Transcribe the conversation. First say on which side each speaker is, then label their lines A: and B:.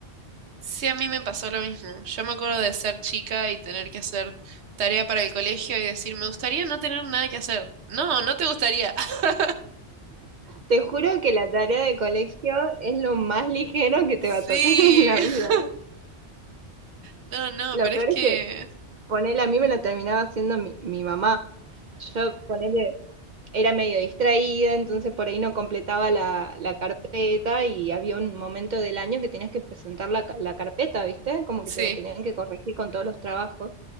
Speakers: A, on the right; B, on the right.
A: sí, a mí me pasó lo mismo. Yo me acuerdo de ser chica y tener que hacer tarea para el colegio y decir, me gustaría no tener nada que hacer. No, no te gustaría. <laughs>
B: Te juro que la tarea de colegio es lo más ligero que
A: Sí.
B: te va a tocar <laughs> en la vida.
A: <laughs> No, no,
B: Lo
A: pero
B: peor
A: es que
B: es que ponele a mí me lo terminaba haciendo mi, mi mamá. Yo ponele, era medio distraída, entonces por ahí no completaba la, la carpeta y había un momento del año que tenías que presentar la, ca- la carpeta, ¿viste? Como
A: Sí.
B: que te la tenían que corregir con todos los trabajos.